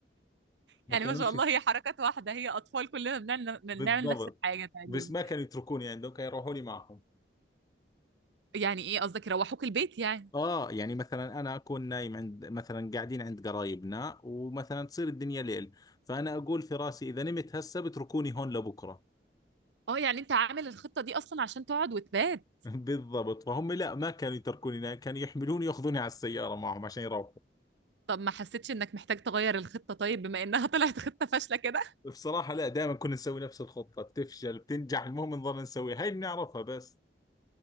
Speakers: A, on the left (about 20°); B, on the right (about 80°).
A: ما
B: يعني
A: كانوش
B: ما شاء الله هي حركات واحدة هي أطفال كلنا بنعمل بنعمل
A: بالضبط
B: نفس الحاجة تقريبا
A: بس ما كانوا يتركوني عندهم كانوا يروحوا لي معهم
B: يعني إيه قصدك يروحوك البيت يعني
A: اه يعني مثلا انا اكون نايم عند مثلا قاعدين عند قرايبنا ومثلا تصير الدنيا ليل فانا اقول في راسي اذا نمت هسه بتركوني هون لبكره
B: أه يعني أنت عامل الخطة دي أصلا عشان تقعد وتبات
A: <laughs> بالضبط فهم لا ما كانوا يتركوني هناك كانوا يحملوني ياخذوني على السيارة معهم عشان يروحوا
B: طب ما حسيتش إنك محتاج تغير الخطة طيب بما إنها <laughs> طلعت خطة فاشلة كده
A: بصراحة لا دائما كنا نسوي نفس الخطة بتفشل بتنجح المهم نظل نسويها هاي بنعرفها بس